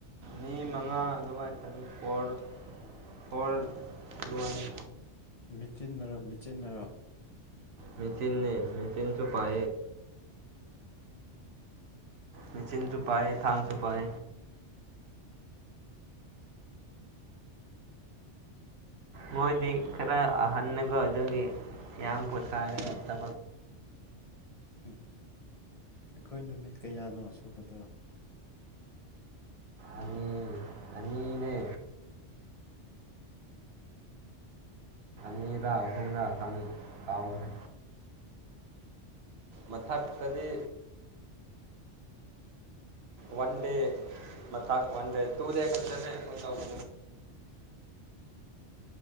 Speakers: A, on the right; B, on the left.
A: ꯃꯤ ꯃꯉꯥ ꯑꯗꯨꯒꯋꯥ ꯇꯔꯨ ꯐꯣꯔ ꯐꯣꯔ ꯑꯗꯨꯒꯅꯤ
B: ꯃꯤꯠꯆꯤꯟꯅꯔ ꯃꯤꯠꯆꯤꯟꯅꯔ
A: ꯃꯦꯁꯤꯤꯟ ꯅ ꯃꯤꯦꯁꯤꯤꯟꯁꯨꯣꯄꯥꯑ ꯃꯦꯆꯤꯟ ꯆꯨꯄꯥꯏ ꯊꯥꯡꯥꯡ ꯊꯨꯄꯥꯏ ꯃꯣꯏꯗꯤ ꯈꯔ ꯑꯍꯟꯅꯀꯣ ꯑꯗꯨꯒꯤ ꯀ ꯄꯨꯊꯥꯔꯦ ꯇ
B: ꯎ ꯑꯩꯈꯣꯏ ꯅꯨꯃꯤꯠ ꯀꯌꯥꯅꯣ ꯁꯨꯕꯗꯣ
A: ꯑꯅꯤ ꯑꯅꯤꯅꯦ
B: ꯎ
A: ꯑꯅꯤ ꯔꯥ ꯍꯨꯝꯅ ꯈꯉꯏ ꯑꯥꯎꯍ ꯃꯊꯛꯇꯗꯤ ꯋꯥꯟ ꯗꯦ ꯃ ꯋꯥꯟ ꯗꯦ ꯇꯨ ꯗꯦ ꯈꯇꯅꯦ ꯇ ꯇꯧꯕꯣ